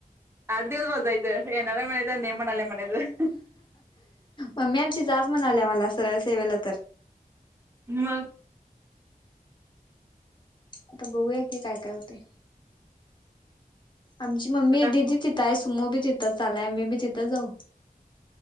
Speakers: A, on the right; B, on the left.
A: आठ दिवस बसायच येणाराय म्हणायच आणि नइ म्हणाल्या म्हणायच.
B: मम्मी आमची जाच म्हणाल्या मला सरळ सेवेला तर
A: मग.
B: आता बघूया की काय काय होतय. आमची मम्मी
A: आता
B: दिदि तिथ आहेत तुम बी तिथं चालाय आ मी बी तिथं जाऊ